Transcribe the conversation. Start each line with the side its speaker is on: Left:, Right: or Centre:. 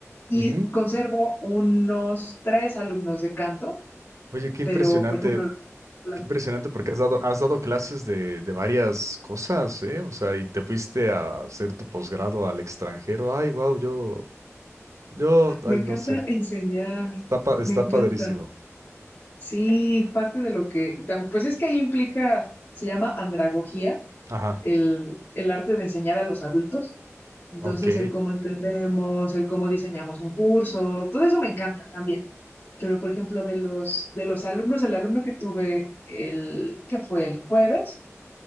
Left: y
Right: ujú.
Left: conservo unos tres alumnos de canto,
Right: Oye, qué
Left: pero,
Right: impresionante,
Left: por ejemplo, la-
Right: qué impresionante porque has dado, has dado clases de, de varias cosas, ¿eh? O sea, y te fuiste a hacer tu posgrado al extranjero. Ay, wow, yo, yo,
Left: me
Right: ay,
Left: encanta
Right: no sé.
Left: enseñar,
Right: Está, pa- está
Left: me encanta.
Right: padrísimo.
Left: Sí, es parte de lo que, tam- pues es que ahí implica, se llama andragogía,
Right: Ajá.
Left: el, el arte de enseñar a los adultos. Entonces,
Right: Ok.
Left: el cómo entendemos, el cómo diseñamos un curso, todo eso me encanta también. Pero, por ejemplo, de los, de los alumnos, el alumno que tuve el, que fue el jueves,